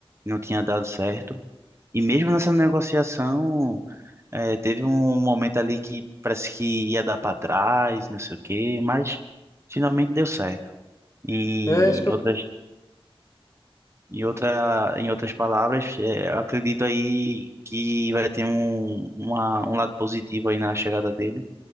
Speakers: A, on the right; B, on the left.
A: não tinha dado certo. E mesmo nessa negociação, eh, teve um momento ali que parece que ia dar para trás, não sei o quê, mas finalmente deu certo. E
B: É isso que eu...
A: outras em outra, em outras palavras, é, eu acredito aí que vai ter um, uma- um lado positivo aí na chegada dele,